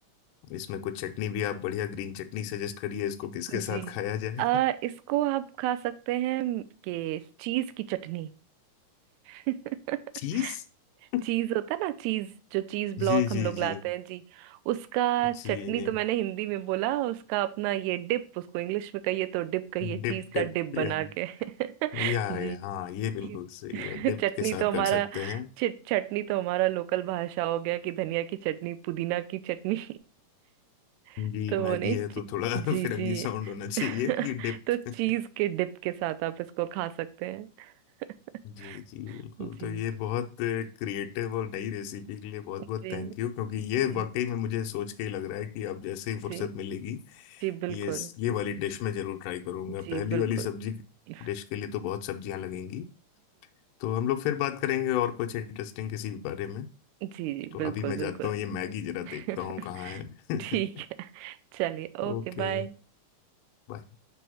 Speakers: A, on the left; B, on the right.
A: इसमें कुछ चटनी भी आप बढ़िया ग्रीन चटनी सजेस्ट करिए इसको किसके
B: जी
A: साथ खाया जाए
B: अ
A: <laughs>
B: इसको आप खा सकते हैं कि चीज की चटनी <laughs>
A: चीज <laughs>
B: चीज होता है ना चीज जो चीज ब्लॉक
A: जी
B: हम
A: जी
B: लोग लाते
A: जी
B: हैं जी उसका
A: जी
B: चटनी
A: जी
B: तो मैंने हिंदी में बोला उसका अपना ये डिप उसको इंग्लिश में कहिए तो डिप कहिए
A: डिप
B: चीज का
A: डिप
B: डिप बना
A: या
B: के <laughs>
A: या
B: जी
A: ये हाँ ये बिल्कुल
B: जी।
A: सही है डिप
B: चटनी
A: के साथ
B: तो हमारा
A: कर सकते हैं
B: चिट चटनी तो हमारा लोकल भाषा हो गया कि धनिया की चटनी पुदीना की चटनी <laughs>
A: जी
B: तो
A: मैगी
B: वो नहीं
A: है तो
B: ची-
A: थोड़ा <laughs>
B: जी
A: फिरंगी
B: जी
A: साउंड होना चाहिए
B: <laughs>
A: कि डिप
B: तो चीज के डिप के साथ आप इसको खा सकते हैं <laughs>
A: जी जी बिल्कुल
B: जी
A: तो ये बहुत क्रिएटिव और नई रेसिपी के लिए बहुत
B: जी
A: बहुत थैंक यू क्योंकि ये
B: जी
A: वाकई में मुझे सोच के ही लग रहा है कि अब जैसे ही फुर्सत
B: जी
A: मिलेगी
B: जी बिल्कुल
A: ये ये वाली डिश में जरूर ट्राई करूंगा
B: जी
A: पहली
B: बिल्कुल
A: वाली सब्जी
B: जी
A: डिश के लिए तो बहुत सब्जियां लगेंगी तो हम लोग फिर बात करेंगे और कुछ इंटरेस्टिंग किसी बारे में
B: जी जी
A: तो
B: बिल्कुल
A: अभी मैं
B: बिल्कुल
A: जाता हूँ ये मैगी जरा
B: <laughs>
A: देखता हूँ कहाँ है
B: ठीक है चलिए
A: <laughs>
B: ओके
A: Okay
B: बाय
A: bye